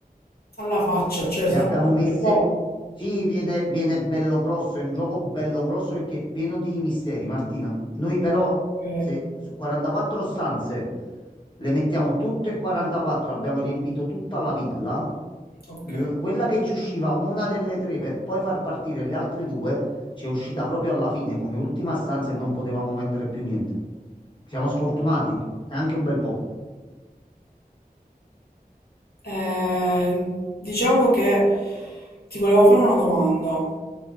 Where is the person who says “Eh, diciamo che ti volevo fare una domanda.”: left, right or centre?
Left